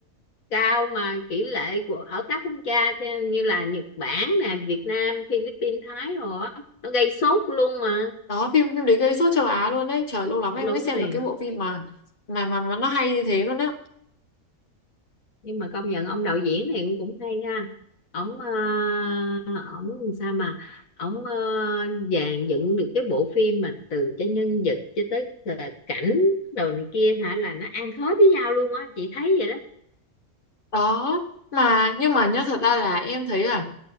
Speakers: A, on the left (about 75°); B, on the left (about 40°).
A: cao mà tỷ lệ của ở các quốc gia chứ như là Nhật Bản nè, Việt Nam, Philippines, Thái rồi á, nó gây sốt luôn mà.
B: đó phim phim đấy gây sốt châu Á luôn đấy. Trời lâu lắm
A: Ờ,
B: em
A: Đúng
B: mới xem
A: rồi.
B: được cái bộ phim mà mà mà, mà nó hay như thế luôn đấy.
A: Nhưng mà công nhận ông đạo diễn thì cũng hay ha. Ông uh, ông sao mà ông uh, dàn dựng được cái bộ phim mà từ cho nhân vật cho tới ờ, cảnh đồ này kia hả là nó ăn khớp với nhau luôn á, chị thấy vậy đó.
B: đó mà nhưng mà nhá thật ra là em thấy là